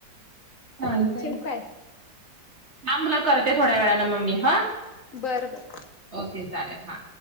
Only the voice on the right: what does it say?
चालतय.
थांब तुला करते थोड्या वेळाने म मी हा.
ओके चालेल हा.